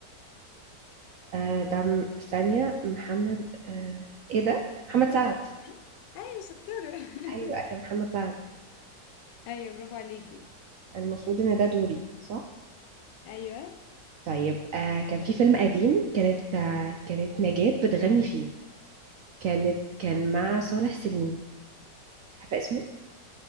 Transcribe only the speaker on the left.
أيوة
ايوه شطورة <laughs>
أيوة، برافو عليكي
أيوة